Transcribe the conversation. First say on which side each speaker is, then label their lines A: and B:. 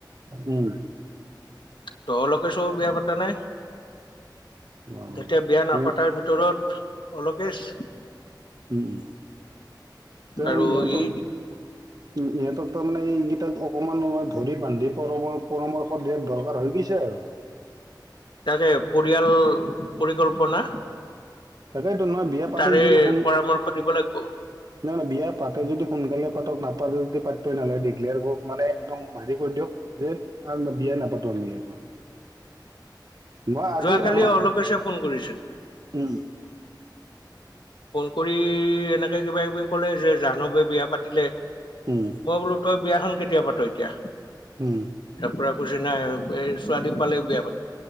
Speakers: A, on the right; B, on the left.
A: উম।
B: তহলোকে চ বিয়া পাতা নাই?
A: অ
B: তেতিয়া বিয়া নাপাতাৰ
A: উম
B: ভিতৰত অলকেচ
A: উম ত
B: আৰু
A: ইহঁতক
B: ই
A: উ ইহঁতক তাৰ মানে এইকেইটাক অকমান ধৰি বান্ধি পৰ পৰামৰ্শ দিয়াত দৰকাৰ হয় কিছু সেয়াই আৰু।
B: তাকে পৰিয়াল পৰিকল্পনা।
A: তাকেতো নহয়, বিয়া পাতি
B: তাৰে
A: যদি অলপ শুন
B: পৰামৰ্শ দিব লাগিব
A: ন ন বিয়া পাতে যদি সোনকালে পাতক, নাপাতে যদি পাতপই নালগে। দিগলিয়াৰ কৰক মানে একদম মাৰি কৰি দিয়ক যে আৰু বিয়া নাপাতো আমি আৰু। মই আজি
B: যোৱাকালি
A: আমাৰ
B: অলোকেচে ফোন কৰিছিল।
A: উম
B: ফোন কৰি এনেকে কিবা কিবি কলে যে জাহ্নৱে বিয়া পাতিলে
A: উম
B: মই বোলো তই বিয়াখন কেতিয়া পাত এতিয়া
A: উম
B: তাৰ পৰা কৈছে নাই এই ছোৱালী পালেই‌ বিয়া পাতিম।